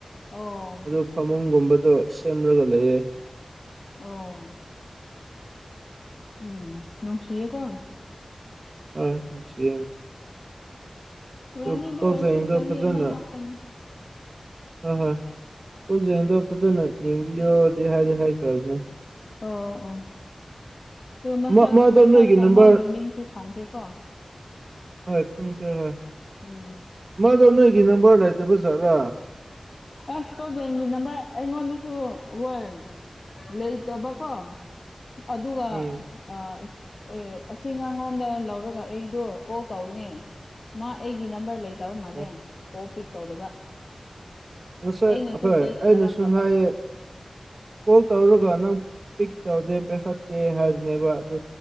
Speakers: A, on the left; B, on the right.
A: ꯑꯣ
B: ꯑꯗꯨ ꯐꯃꯨꯡꯒꯨꯝꯕ ꯑꯗꯨꯣ ꯁꯦꯝꯔꯒ ꯂꯩꯑꯌꯦ
A: ꯑꯣ ꯎꯝ ꯅꯣꯡꯁꯤ ꯀꯣ
B: ꯑ ꯁꯤ
A: ꯌꯥꯅꯤ
B: ꯂ
A: ꯑꯗꯨ
B: ꯄꯖꯗꯣ
A: ꯑꯣꯏꯔꯁꯨ ꯆꯍꯤ
B: ꯐꯖꯅ
A: ꯑꯃ ꯉꯥꯛꯇꯅꯤ
B: ꯑ ꯍ ꯑꯣꯖꯦꯟꯗꯣ ꯐꯖꯅ ꯌꯦꯡꯕꯤꯌꯣꯗꯤ ꯍꯥꯏꯗꯤ ꯍꯥꯏꯈ꯭ꯔꯕꯅꯦ
A: ꯑꯣ ꯑꯣ ꯑꯗꯨ
B: ꯃꯥ ꯃꯥꯗꯣ
A: ꯃꯁꯥꯀ
B: ꯅꯣꯏꯒꯤ ꯅꯝꯕꯔ
A: ꯃꯥꯒꯤ ꯃꯤꯡꯁꯨ ꯈꯥꯡꯈ꯭ꯔꯦꯀꯣ
B: ꯍꯣꯏ ꯁꯪꯈ꯭ꯔ ꯍꯣꯏ
A: ꯎꯝ
B: ꯃꯥꯗꯣ ꯅꯣꯏꯒꯤ ꯅꯝꯕꯔ ꯂꯩꯇꯕ ꯖꯥꯠꯔꯥ
A: ꯑꯁ ꯀꯣꯖꯩꯒꯤ ꯅꯃ ꯑꯩꯉꯣꯟꯗꯁꯨ ꯍꯣꯏ ꯂꯩꯇꯕꯀꯣ ꯑꯗꯨꯒ
B: ꯎꯝ
A: ꯑꯦ ꯑꯁꯤ ꯉꯉꯣꯟꯗ ꯂꯧꯔꯒ ꯑꯩꯗꯣ ꯀꯣꯜ ꯇꯧꯕꯅꯦ ꯃꯥ ꯑꯩꯒꯤ ꯅꯝꯕꯔ ꯂꯩꯇꯕ ꯃꯥꯜꯂꯦ
B: ꯑꯣ
A: ꯀꯣꯜ ꯄꯤꯛ ꯇꯧꯗꯕ
B: ꯉꯁꯥꯏ
A: ꯑꯩꯅꯁꯨ
B: ꯍꯣꯏ
A: ꯇꯦꯛꯁ
B: ꯑꯩꯅꯁꯨ
A: ꯊꯥꯔꯛꯇꯕ
B: ꯍꯥꯏꯌꯦ ꯀꯣꯜ ꯇꯧꯔꯒ ꯅꯪ ꯄꯤꯛ ꯇꯧꯗꯦ ꯄꯥꯏꯈꯠꯇꯦ ꯍꯥꯏꯕꯅꯦꯕ ꯑꯗꯨ